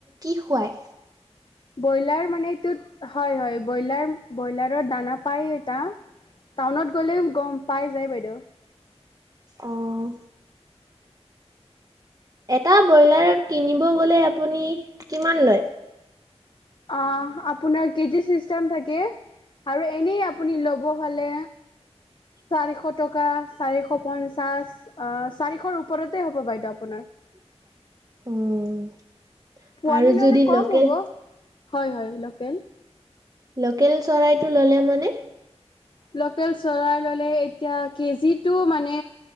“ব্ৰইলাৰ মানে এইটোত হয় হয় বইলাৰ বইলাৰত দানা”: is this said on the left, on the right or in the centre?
Left